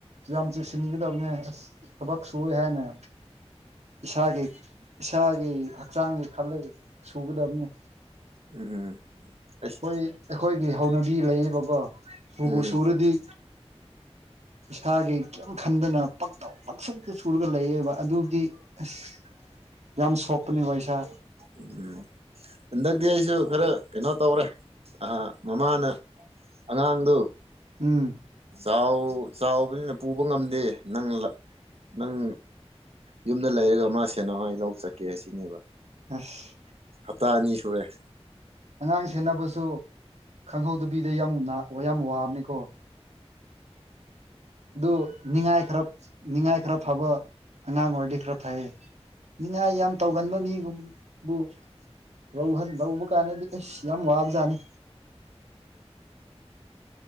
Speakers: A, on the right; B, on the right.
A: ꯌꯥꯝ ꯆꯦꯁꯤꯟꯒꯗꯕꯅꯦ ꯑꯁ ꯊꯕꯛ ꯁꯨꯋꯦ ꯍꯥꯏꯅ ꯏꯁꯥꯒꯤ ꯏꯁꯥꯒꯤ ꯍꯛꯆꯥꯡꯒꯤ ꯈꯜꯂꯒ ꯁꯨꯒꯗꯕꯅꯤ
B: ꯎꯝ ꯎꯝ
A: ꯈꯣꯏ ꯑꯩꯈꯣꯏꯒꯤ ꯍꯧꯅꯕꯤ ꯂꯩꯌꯦꯕꯀꯣ ꯁꯨꯕꯨ
B: ꯎꯝ
A: ꯁꯨꯔꯗꯤ ꯏꯁꯥꯒꯤ ꯀꯦꯝ ꯈꯟꯗꯅ ꯄꯛꯇꯧ ꯄꯪꯁꯨꯛꯇ ꯁꯨꯔꯒ ꯂꯩꯌꯦꯕ ꯑꯗꯨꯗꯤ ꯑꯁ ꯌꯥꯝ ꯁꯣꯛꯄꯅꯦꯕ ꯏꯁꯥ
B: ꯎꯝ ꯍꯟꯗꯛꯇꯤ ꯑꯩꯁꯨ ꯈꯔ ꯀꯩꯅꯣ ꯇꯧꯔꯦ ꯑꯥ ꯃꯃꯥꯅ ꯑꯉꯥꯡꯗꯣ
A: ꯎꯝ
B: ꯆꯥꯎ ꯆꯥꯎꯕꯅꯤꯅ ꯄꯨꯕ ꯉꯝꯗꯦ ꯅꯪ ꯂ ꯅꯪ ꯌꯨꯝꯗ ꯂꯩꯔꯒ ꯃꯥ ꯁꯦꯅꯧ ꯑꯩ ꯂꯧ ꯆꯠꯀꯦ ꯁꯤꯅꯦꯕ
A: ꯑꯁ
B: ꯍꯞꯇꯥ ꯑꯅꯤ ꯁꯨꯔꯦ
A: ꯑꯉꯥꯡ ꯁꯦꯟꯅꯕꯁꯨ ꯈꯪꯍꯧꯗꯕꯤꯗ ꯌꯥꯝ ꯅꯥ ꯌꯥꯝ ꯋꯥꯕꯅꯤꯀꯣ ꯑꯗꯨ ꯅꯤꯉꯥꯏ ꯈꯔꯞ ꯅꯤꯉꯥꯏ ꯈꯔ ꯐꯕ ꯑꯉꯥꯡ ꯑꯣꯏꯔꯗꯤ ꯈꯔ ꯐꯌꯦ ꯅꯤꯉꯥꯏ ꯌꯥꯝ ꯇꯧꯒꯟꯕ ꯃꯤꯒꯨꯝꯕꯨ ꯂꯧꯍꯟ ꯂꯧꯕ ꯀꯥꯟꯗꯗꯤ ꯑꯁ ꯌꯥꯝ ꯋꯥꯕꯖꯥꯅꯤ